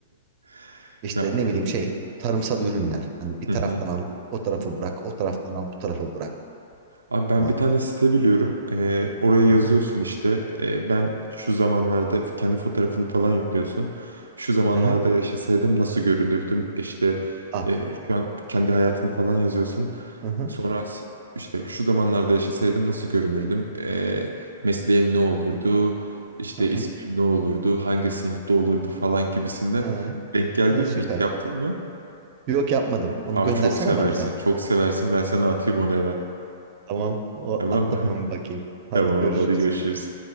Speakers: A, on the right (about 85°); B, on the right (about 45°).
A: <laughs>
B: İşte
A: Ya
B: ne bileyim şey tarımsal ürünler. Hani bir
A: Hı
B: taraftan
A: hı.
B: alıp o tarafa bırak o taraftan al bu tarafa bırak
A: Abi ben
B: muhabbeti.
A: bir tane site biliyorum. Ee, oraya yazıyorsun
B: Hı hı.
A: işte. Ee, ben şu zamanlarda kendi fotoğrafını falan yüklüyorsun. Şu zamanlarda
B: Hı hı.
A: yaşasaydım nasıl görünürdüm? İşte
B: Ah.
A: e, şu an kendi hayatını falan yazıyorsun.
B: Hı hı.
A: Sonra s- işte şu zamanlarda yaşasaydım nasıl görünürdüm? Ee, mesleğim ne olurdu? İşte
B: Hı hı.
A: ismim ne olurdu? Hangi sınıfta olurdu falan gibisinden.
B: Ha.
A: Denk geldin
B: Ee, Süper.
A: mi hiç yaptın mı?
B: Yok yapmadım. Onu
A: Abi
B: göndersene
A: çok seversin.
B: bana sen.
A: Çok seversin. Ben sana atayım onu hemen.
B: Tamam. O,
A: Tamam
B: at
A: mı?
B: da ben
A: <laughs>
B: bakayım. Hadi
A: Tamam
B: görüşürüz.
A: abi hadi görüşürüz.